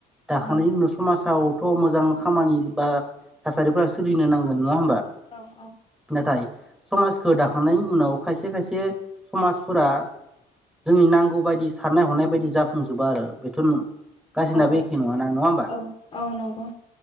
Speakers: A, in the centre; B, on the left.
A: दाखांनायनि
B: औ
A: उनाव समाज सावथ' मोजां खामानि बा थासारिफोरा सोलिनो नांगोन नङा होमबा
B: औ औ
A: नाथाय समाजखौ दाखांनायनि उनाव खायसे खायसे समाजफोरा जोंनि नांगौ बायदि साननाय हनाय बायदि जाफुंजोबा आरो बेथ' <unintelligible> गासिनाबो
B: औ
A: एखे नङाना नङा होमबा?
B: औ औ नंगौ